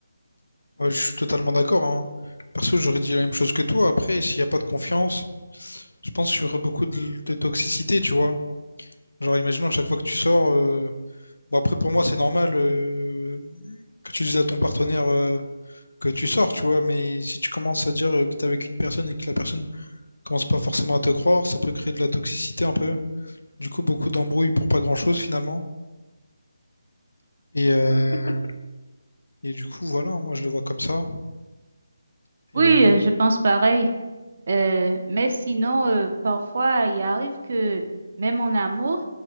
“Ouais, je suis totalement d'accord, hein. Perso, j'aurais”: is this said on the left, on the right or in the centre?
Left